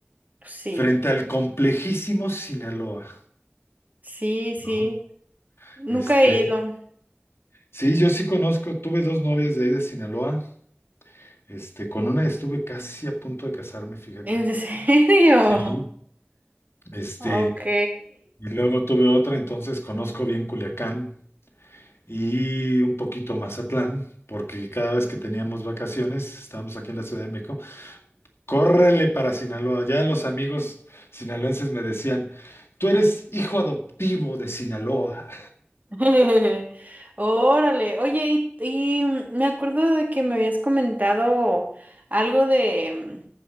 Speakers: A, on the right; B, on the left.
A: sí,
B: frente al complejísimo Sinaloa,
A: sí, sí.
B: ¿no?
A: Nunca
B: Este,
A: he ido.
B: sí, yo sí conozco, tuve dos novias de ahí de Sinaloa. Este, con una estuve casi a punto de casarme, fíjate.
A: ¿En serio?
B: Sí. Este,
A: <laughs> Ok.
B: y luego tuve otra, entonces conozco bien Culiacán. y un poquito Mazatlán, porque cada vez que teníamos vacaciones, estábamos aquí en la Ciudad de México, córrele para Sinaloa. Ya los amigos sinaloenses me decían, tú eres hijo adoptivo de Sinaloa.
A: <laughs> Órale, oye, y, y, mm, me acuerdo de que me habías comentado algo de,